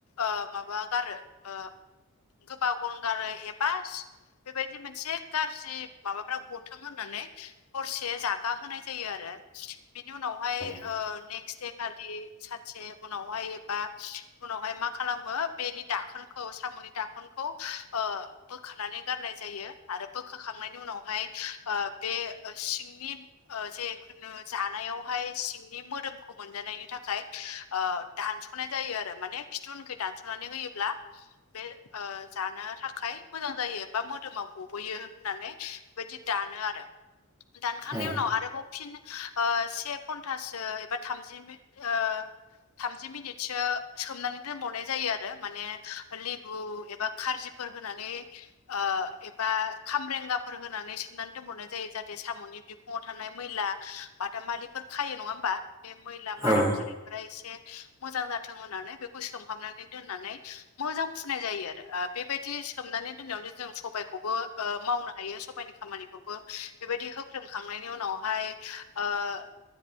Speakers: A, on the left; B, on the right.
A: ओ-माबा गारो ओ- गोबाव गनगारो एबा स बेबायदि मोनसे गाज्रि माबाफ्रा गथों होननानै। हरसे जागा होनोनाय जायो आरो बिनि उनावहाय
B: <inaudible>
A: नेक्सट दे खालि सानसे उनावहाय एबा उनावहाय मा खालामो बेनि दाखोनखौ साम'नि दाखोनखौ ओ- बोखानानै गारनाय जायो आरो बोखाखांनायनि उनावहाय ओ-बे सिंनि ओ-जेखुनु जानायावहाय सिं बे मोदोमखौ मोनजानायनि थाखाय ओ-दानस'नाय जायो आरो माने खिथुउनखै दानस'नानै होयो ब्ला बे ओ-जानो थाखाय मोजां जायो बा मोदोमाव गबोयो होननानै बेबायदि दानो आरो दानखांनायनि
B: औ
A: उनाव आरोबाव फिन ओ-से घन्टासो ओ-एबा थामजि <unintelligible> ओ- थामजि मिनिटसो सोमनानै दोनबावनाय जायो आरो माने लेबु एबा खारजिफोर होनानै। ओ-एबा खामरेंगाफोर होनानै सोमनानै दोनबावनाय जायो जाहाथे साम'नि बि खंङाव थानाय मैला बादामालिफोर खायो नङा होमबा? बे मैला माराम
B: औ
A: खानाय फोरा एसे मोजां जाथों होननानै बेखौ सोमहाबनानै दोननानै मोजां फुनाय जायो आरो ओ- बेबायदि सोमनानै दोननायावनो जों सबायाइखौबो ओ-मावनो हायो सबाइनि खामानिखौ। बो बेबायदि होख्रेमखांनायनि उनावहाय ओ-